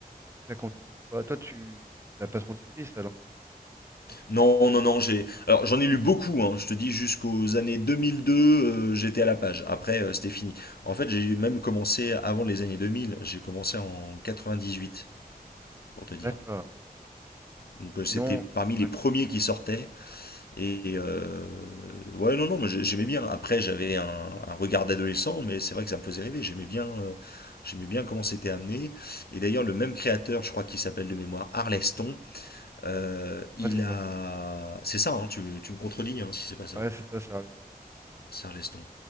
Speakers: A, on the right; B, on the left.
A: si ça continue ou pas. Toi, tu t'as pas trop suivi ça, l'Enfeust, hein
B: Non, non, non, j'ai. Alors, j'en ai lu beaucoup, hein. Je te dis, jusqu'aux années 2002, euh, j'étais à la page. Après, euh, c'était fini. En fait, j'ai même commencé avant les années 2000. J'ai commencé en 98, pour te dire.
A: D'accord.
B: Donc
A: Et sinon,
B: euh, c'était parmi les
A: ouais,
B: premiers qui sortaient. Et euh, ouais, non, non, mais j'ai- j'aimais bien. Après, j'avais un, un regard d'adolescent, mais c'est vrai que ça me faisait rêver. J'aimais bien, euh, j'aimais bien comment c'était amené. Et d'ailleurs, le même créateur, je crois qu'il s'appelle de mémoire Arleston, euh, il
A: ouais, c'est
B: a.
A: ça.
B: C'est ça, hein, tu, tu me contredis hein, si c'est pas ça.
A: Ouais, c'est ça, ça a
B: C'est Arleston.